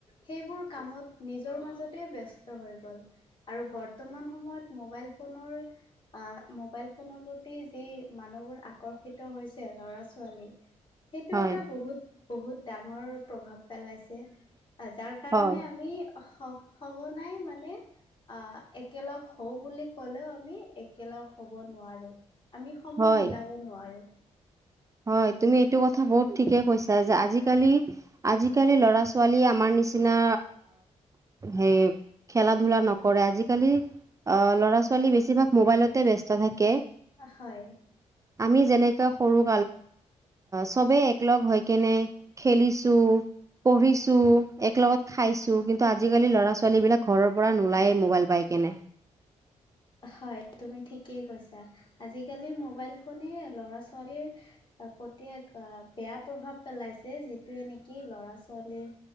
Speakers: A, on the left; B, on the right.
A: সেইবোৰ কামত নিজৰ মাজতে ব্যস্ত হৈ গ'ল আৰু বৰ্তমান। সময়ত মোবাইল ফোনৰ আহ মোবাইল ফোনৰ প্ৰতি যি মানুহবোৰ আকৰ্ষিত হৈছে ল'ৰা ছোৱালী। সেইটো
B: হয়
A: এটা বহুত। বহুত ডাঙৰ প্ৰভাৱ পেলাইছে। যাৰ কাৰণে
B: হয়
A: আমি স সঘনাই মানে আহ। একেলগ হওঁ বুলি ক'লেও আমি একেলগ হ'ব নোৱাৰোঁ। আমি সময়
B: হয়
A: মিলাব নোৱাৰো।
B: হয়, তুমি এইটো কথা বহুত ঠিকে কৈছা যে আজিকালি আজিকালি ল'ৰা ছোৱালী আমাৰ নিচিনা হেই খেলা ধূলা নকৰে আজিকালি ল'ৰা ছোৱালী বেছিভাগ মোবাইলতে ব্যস্ত থাকে।
A: হয়
B: আমি যেনেকে সৰু চবেই একলগ হৈ কেনে, খেলিছো পঢ়িছো এক লগত খাইছো কিন্তু আজিকালি ল'ৰা ছোৱালী বিলাক ঘৰৰ পৰা নোলায়ে মোবাইল পাই কেনে।
A: হয় তুমি ঠিকেই কৈছা, আজিকালি মোবাইল ফোনে ল'ৰা ছোৱালীৰ প্ৰতিক বেয়া প্ৰভাৱ পেলাইছে যিটোয়ে নেকি কি ল'ৰা ছোৱালীৰ